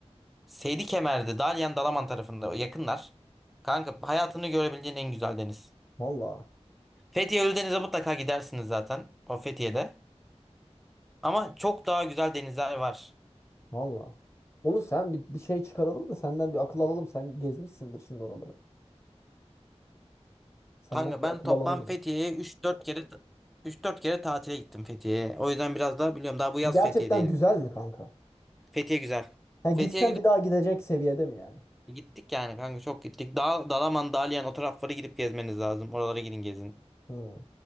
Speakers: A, in the centre; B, on the left (about 25°).
A: Seydi Kemer'de Dalyan Dalaman tarafında yakınlar. Kanka hayatını görebileceğin en güzel deniz.
B: Valla.
A: Fethiye Ölüdeniz'e mutlaka gidersiniz zaten. O Fethiye'de. Ama çok daha güzel denizler var.
B: Valla. Onu sen bir, bir şey çıkaralım da senden bir akıl alalım. Sen gezmişsindir şimdi oraları. Senden
A: Kanka
B: bir
A: ben
B: akıl
A: toplam
B: alalım
A: Fethiye'ye
B: ya.
A: üç dört kere üç dört kere tatile gittim Fethiye'ye. O yüzden biraz daha biliyorum. Daha bu yaz
B: Gerçekten
A: Fethiye'deydim.
B: güzel mi kanka?
A: Fethiye güzel.
B: Ya gitsen
A: Fethiye güzel.
B: bir daha gidecek seviyede mi yani?
A: Gittik yani kanka çok gittik. Dal Dalaman, Dalyan o taraflara gidip gezmeniz lazım. Oralara gidin gezin.
B: Hı.